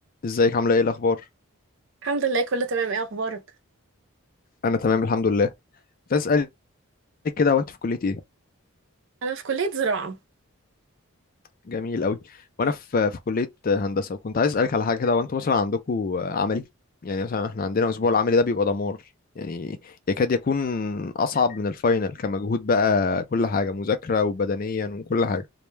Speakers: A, on the left; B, on the right.
A: ازيك عامله ايه الاخبار
B: الحمد لله كله تمام ايه اخبارك
A: انا تمام الحمد لله كنت عايز اسالك كده وانت في كليه ايه
B: انا في كليه زراعه
A: جميل قوي وانا في في كليه هندسه وكنت عايز اسالك على حاجه كده وانتوا مثلا عندكم عملي يعني مثلا احنا عندنا الاسبوع العملي ده بيبقى دمار يعني يكاد يكون اصعب من الفاينل كمجهود بقى كل حاجه مذاكره وبدنيا وكل حاجه